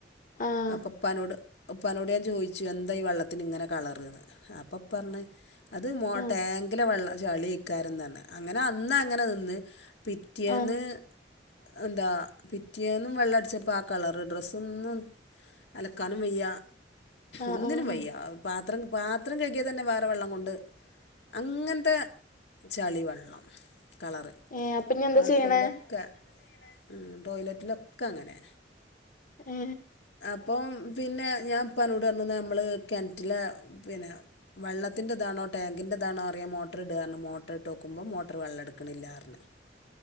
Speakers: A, on the left; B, on the left.
A: ആഹ്
B: അപ്പഉപ്പാനോട് ഉപ്പനോട് ഞാൻ ചോദിച്ചു എന്താ ഈ വെള്ളത്തിന് ഇങ്ങനെ കളറ്ന്ന് അപ്പം പർഞ്ഞ് അത് മോ
A: ആഹ്
B: ടാങ്കിലെ വെള്ളം ആ ചളിക്കാറുന്നാന്ന്‌ അങ്ങനെ അന്ന് അങ്ങനെ നിന്ന് പിറ്റേന്ന്
A: ആഹ്
B: എന്താ പിറ്റേന്നും വെള്ളം അടിച്ചപ്പോൾ ആ കളറ് ഡ്രസ്സൊന്നും അലക്കാനും വയ്യ
A: ആഹ്
B: ഒന്നിനും
A: ആഹ്
B: വയ്യ പ പാത്രം കഴികിയാൽ തന്നെ വേറെ വെള്ളം കൊണ്ട് അങ്ങനത്തെ ചളി വെള്ളം കളറ്
A: ഏഹ് അപ്പൊ ഇനി എന്താ
B: ബാത്റൂമിലൊക്കെ
A: ചെയ്യണേ
B: മ് ടോയ്ലറ്റിലൊക്കെ അങ്ങനെ
A: ഏ
B: അപ്പം പിന്നെ ഞാൻഇപ്പനോട് പറഞ്ഞു ന്നാ നമ്മള് കെണറ്റിലെ പിന്നെ വെള്ളത്തിന്റെ ഇതാണോ ടാങ്കിന്റെ ഇതാണോ അറിയാൻ മോട്ടറ് ഇട് ന്ന് പറഞ്ഞു മോട്ടറിട്ട് നോക്കുമ്പോ മോട്ടറ് വെള്ളം എട്ക്കണില്ലാറഞ്ഞു